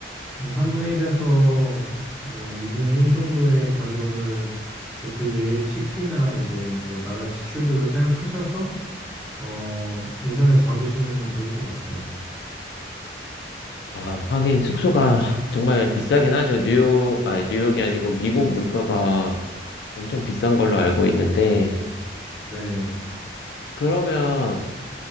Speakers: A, in the centre; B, on the left.
A: 한 3분의 1에서 뭐 2분의 1 정도의 가격을 이제 그 외에 식비나 이제 뭐 나갈 지출들로 생각하셔서 어, 예산을 잡으시면 좋을 것 같아요.
B: 아, 하긴 숙소가 <laughs> 정말 비싸긴 하죠. 뉴욕, 아니, 뉴욕이 아니고 미국 물가가 엄청 비싼 걸로 알고 있는데
A: 네.
B: 그러면